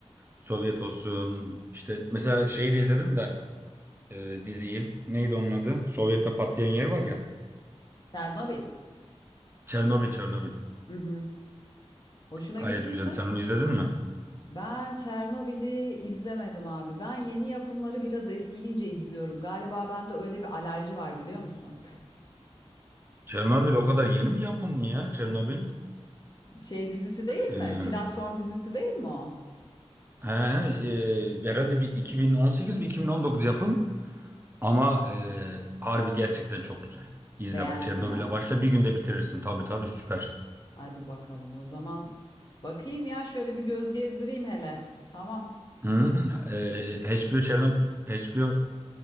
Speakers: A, on the right (about 20°); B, on the left (about 40°).
A: Sovyet olsun işte mesela şeyi de izledim de e, diziyi. Neydi onun adı? Sovyet'te patlayan yer var ya.
B: Çernobil.
A: Çernobil Çernobil.
B: Hı hı. Hoşuna
A: Gayet
B: gittiyse
A: güzel. Sen onu izledin mi?
B: Ben Çernobil'i izlemedim abi. Ben yeni yapımları biraz eskiyince izliyorum. Galiba bende öyle bir alerji var biliyor musun?
A: Çernobil o kadar yeni bir yapım mı ya? Çernobil.
B: Şey dizisi değil
A: Ee,
B: mi? Platform dizisi değil mi o?
A: he, he, e, herhalde bir 2018 bir 2019 yapım. Ama e, harbi gerçekten çok güzel. İzle
B: Beğendin
A: bak Çernobil'e
B: yani.
A: başla bir günde bitirirsin. Tabii tabii süper.
B: Hadi bakalım o zaman. Bakayım ya şöyle bir göz gezdireyim hele. Tamam.
A: Hı, e, HBO, Çernobil, HBO